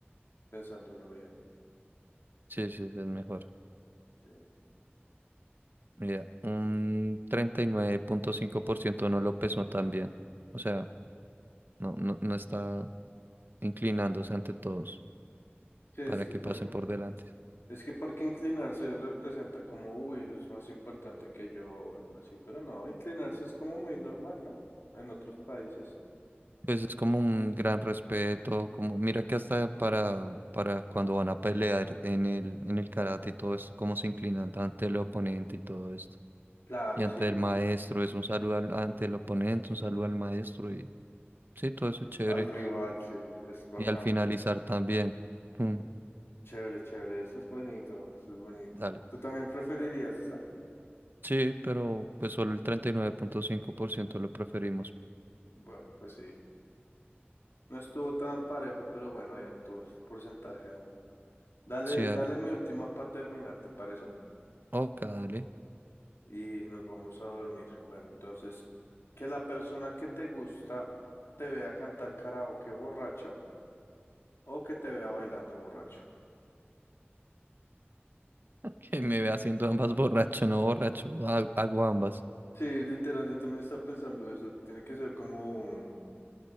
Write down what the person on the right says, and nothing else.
Sí, sí, es mejor.
Mira, un treinta y nueve punto cinco por ciento no lo pesó tan bien. O sea, no, no, no está inclinándose ante todos
para
que
pasen por delante.
Pues es como un gran respeto, como mira que hasta para, para cuando van a pelear en el, en el karate y todo esto, cómo se inclinan ante el oponente y todo esto.
Y ante
el maestro, es un saludo al- ante el oponente, un saludo al maestro y sí, todo eso es chévere.
Y al finalizar también. mm,
Dale.
Sí, pero pues solo el 39.5% lo preferimos.
Sí, dale.
Oca, dale. <laughs>
Que me ve haciendo ambas borracho, no borracho. ha- Hago ambas.